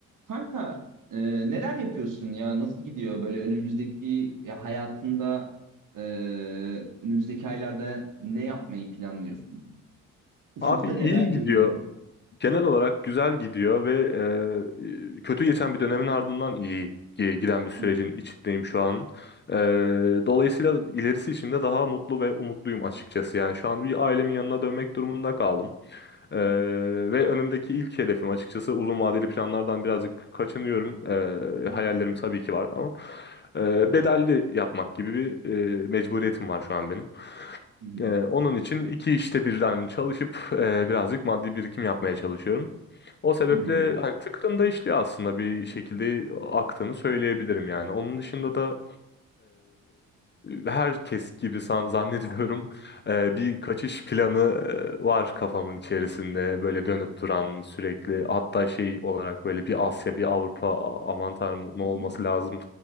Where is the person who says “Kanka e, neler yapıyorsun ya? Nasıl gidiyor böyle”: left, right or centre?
Right